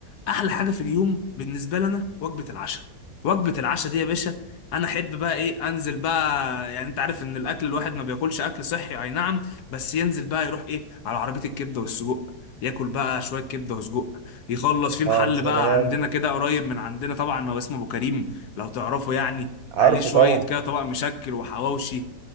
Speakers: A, on the left; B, on the right.
A: احلى حاجه في اليوم بالنسبه لنا وجبه العشاء وجبه العشاء دي يا باشا انا احب بقى ايه انزل بقى يعني انت عارف ان الاكل الواحد ما بياكلش اكل صحي اي نعم بس ينزل بقى يروح ايه على عربيه الكبده والسجق ياكل بقى شويه كبده وسجق يخلص في محل
B: اه يا سلام
A: بقى عندنا كده قريب من عندنا طبعا هو اسمه ابو كريم لو تعرفه يعني
B: عارفه
A: عليه شويه
B: طبعا
A: كده طبق مشكل وحواوشي